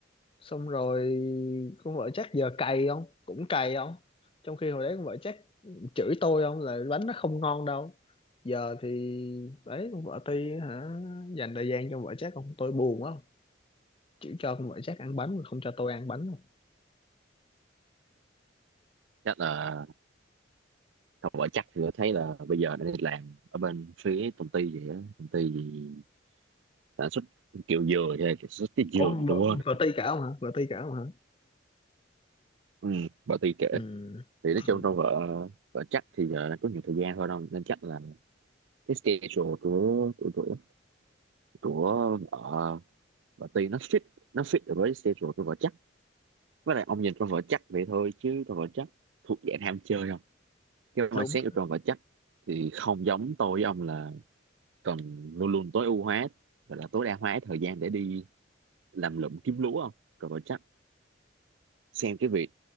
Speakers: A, on the left (about 30°); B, on the right (about 80°).
A: xong rồi con vợ chắc giờ cày không cũng cày không trong khi hồi đấy con vợ chắc chửi tôi không là bánh nó không ngon đâu giờ thì đấy con vợ Ti hả dành thời gian cho con vợ chắc không tôi buồn quá chỉ cho con vợ chắc ăn bánh mà không cho tôi ăn bánh không
B: chắc là không phải chắc thì tôi thấy là bây giờ nó đi làm ở bên phía công ty gì á công ty gì sản xuất kiểu dừa hay là sản xuất cái dừa
A: Ủa, con
B: gì
A: vợ,
B: tôi quên
A: vợ Ti cả không hả vợ Ti cả không hả
B: ừ, bà Ti kể
A: ừ,
B: thì nói chung
A: ừ
B: trong vợ vợ chắc thì giờ là có nhiều thời gian thôi đâu nên chắc là cái schedule của của của, của vợ bà Ti nó fit nó fit được với schedule của vợ chắc với lại ông nhìn con vợ chắc vậy thôi chứ con vợ chắc thuộc dạng ham chơi không cái mindset
A: đúng
B: của Tròn và chắc thì không giống tôi với ông là cần luôn luôn tối ưu hóa và là tối đa hóa thời gian để đi làm lụm kiếm lúa không Tròn và chắc xem cái việc